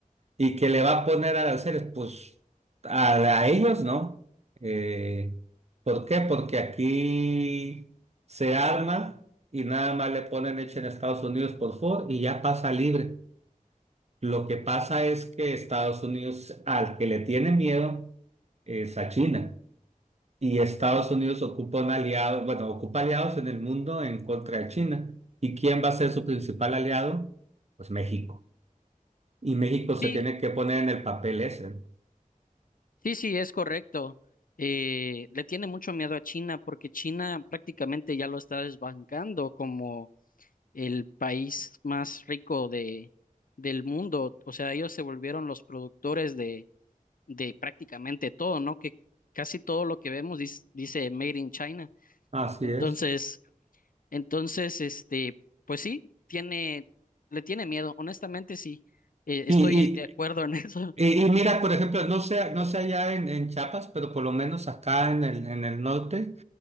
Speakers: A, on the right; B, on the left.
A: ¿Y que le va a poner aranceles? Pues a, a ellos no. Eh, ¿por qué? Porque aquí se arma y nada más le ponen hecho en Estados Unidos por Ford y ya pasa libre. Lo que pasa es que Estados Unidos, al que le tiene miedo, es a China. Y Estados Unidos ocupa un aliado, bueno, ocupa aliados en el mundo en contra de China. ¿Y quién va a ser su principal aliado? Pues México. Y México se
B: Sí,
A: tiene que poner en el papel ese. ¿no?
B: sí, sí, es correcto. Eh, le tiene mucho miedo a China porque China prácticamente ya lo está desbancando como el país más rico de, del mundo. O sea, ellos se volvieron los productores de, de prácticamente todo, ¿no? Que casi todo lo que vemos dis- dice Made in China.
A: Así
B: Entonces,
A: es.
B: entonces, este, pues sí, tiene, le tiene miedo, honestamente sí, eh,
A: Y,
B: estoy
A: y,
B: de acuerdo en <laughs> eso.
A: y- y mira, por ejemplo, no sé, no sé allá en, en Chiapas, pero por lo menos acá en el, en el norte,